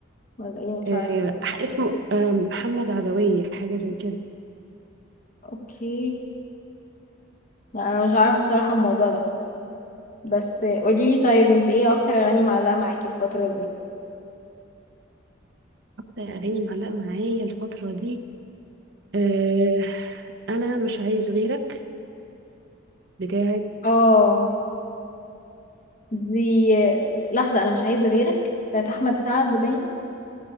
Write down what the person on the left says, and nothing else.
ولا ايه أنا مش
عارفة
اوكي لا انا مش عارفة بصراحة الموضوع ده بس قوليلي طيب انت ايه اكتر اغاني معلقة معاكي الفترة دي
اه دي لحظة انا مش عايزة غيرك بتاعت احمد سعد باين